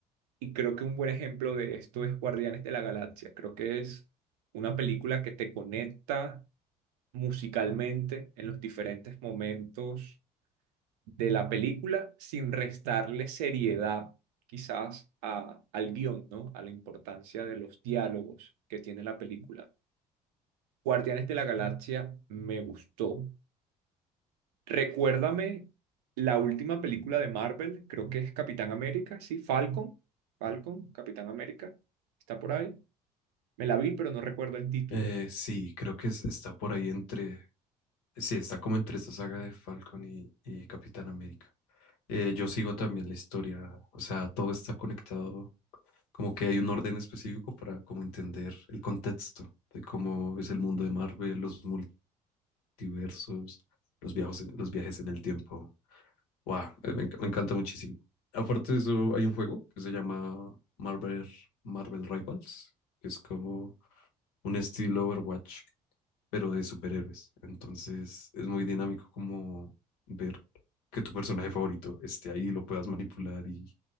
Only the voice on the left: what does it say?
Eh, sí, creo que es- está por ahí entre, sí, está como entre esa saga de Falcon y, y Capitán América. eh, yo sigo también la historia, o sea, todo está conectado, como que hay un orden específico para como entender el contexto de cómo es el mundo de Marvel, los multiversos, los viajes, los viajes en el tiempo. Wow, me, enc- me encanta muchísimo. Aparte de eso, hay un juego que se llama Marvel, Marvel Rivals, que es como un estilo Overwatch pero de superhéroes. Entonces es muy dinámico como ver que tu personaje favorito esté ahí, lo puedas manipular y